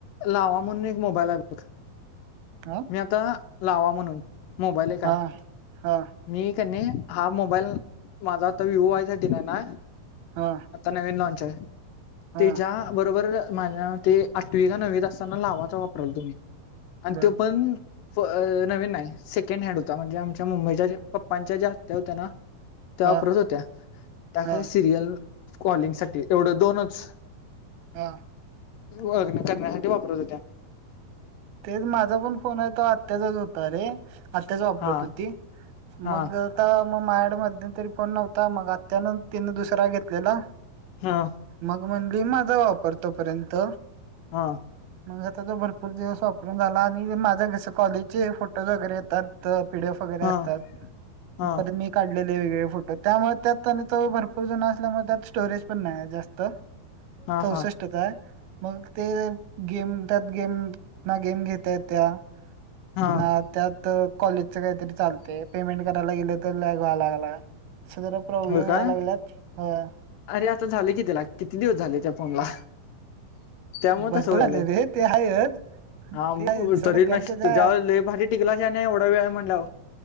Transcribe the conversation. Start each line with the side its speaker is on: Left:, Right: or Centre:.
Left: लावा म्हणून एक मोबाईल आहे बघ
Right: हा
Left: मी आता लावा म्हणून मोबाईल एक आहे
Right: हा हा
Left: मी कणी हा मोबाईल माझा आता विवो व्हाच चा दिलाय ना
Right: हा
Left: आता नवीन लॉन्च आहे ते
Right: हा
Left: ज्या बरोबर माझ्या ते आठवी का नववीत असताना लावाचा वापरालतो मी आणि
Right: बर
Left: त्यो पण फो अ नवीन नाही सेकंड हँड होता म्हणजे आमच्या मुंबईच्या ज्या पप्पांच्या ज्या आत्या होत्या ना त्या
Right: हा
Left: वापरत होत्या त्या
Right: हा
Left: काय सिरियल कॉलिंग साठी एवढं दोनच
Right: हा
Left: ती व्हय नुसता काॅलसाठी वापरत होतो
Right: तेच माझा पण फोन आहे तो आत्याचाच होता रे आत्याच वापरत
Left: हा
Right: होती
Left: हा
Right: मग आता मग माझ्यकडं मध्यंतरी फोन नव्हता मग आत्यानं तिने दुसरा घेतलेला
Left: हा
Right: मग म्हणली माझा वापर तोपर्यंत.
Left: हा,
Right: मग आता तो भरपूर दिवस वापरून झाला आणि माझ कसं कॉलेजचे फोटोज वगैरे येतात. त पीडीएफ वगैरे
Left: हा
Right: असतात
Left: हा
Right: पण मी. काढलेले वेगळे फोटो त्यामुळे त्यात आणि तो भरपूर जन असल्यामुळे त्यात स्टोरेज पण नाही जास्त.
Left: हा
Right: चौसष्टच
Left: हा
Right: आहे मग ते गेम त्यात गेम. ना गेम घेता येत्या
Left: हा
Right: ना. त्यात कॉलेजच काहीतरी चालते पेमेंट करायला गेलं तर लॅग व्हा लागला अस जरा. प्रॉब्लेम
Left: हो काय
Right: याय लागल्यात होय.
Left: अरे आता झाले की, त्याला किती दिवस झाले त्या फोनला. त्यामुळे
Right: बरोबर
Left: तसं व्हायलात
Right: झाले रे ते आहेच.
Left: हा <unintelligible>
Right: ते आहे सोड
Left: तरी
Right: कारण
Left: नस
Right: त्याचा
Left: तुझ्या लय भारी टिकला नाही एवढा वेळ म्हणला